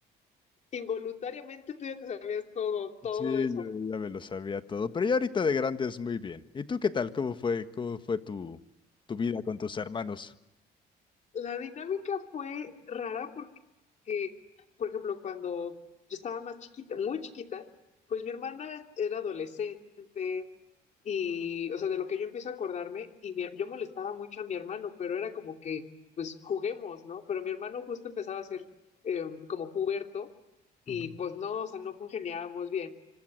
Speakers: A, on the left; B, on the left.
A: Involuntariamente tú ya te sabías todo, todo
B: sí,
A: eso.
B: yo ya me lo sabía todo. Pero ya ahorita de grandes muy bien. ¿Y tú qué tal? ¿Cómo fue, cómo fue tu, tu vida con tus hermanos?
A: La dinámica fue rara porque que, por ejemplo, cuando yo estaba más chiquita, muy chiquita, pues mi hermana era adolescente y, o sea, de lo que yo empiezo a acordarme, y mi- yo molestaba mucho a mi hermano, pero era como que, pues juguemos, ¿no? Pero mi hermano justo empezaba a ser eh, como puberto y
B: Ujú.
A: pues no, o sea, no congeniábamos bien.